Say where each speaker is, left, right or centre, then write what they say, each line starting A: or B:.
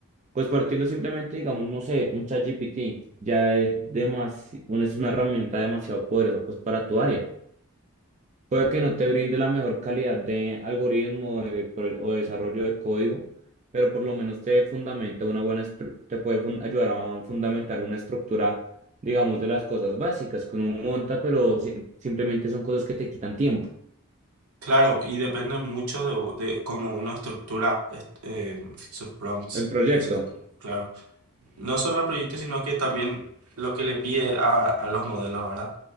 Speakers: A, on the right; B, on the right.
A: pues partiendo simplemente, digamos, no sé, un ChatGPT, ya es demasi- una- es una herramienta demasiado poderosa, pues para tu área. Puede que no te brinde la mejor calidad de algoritmo de pro- o de desarrollo de código, pero por lo menos te fundamenta una buena estru- te puede fun- ayudar a fundamentar una estructura, digamos, de las cosas básicas que uno monta, pero si- simplemente son cosas que te quitan tiempo
B: Claro, y depende mucho de, de cómo uno estructura est- eh, sus prompts
A: en proyecto.
B: y eso, es- claro. No solo el proyecto, sino que también lo que le pide a, a los modelos, ¿verdad?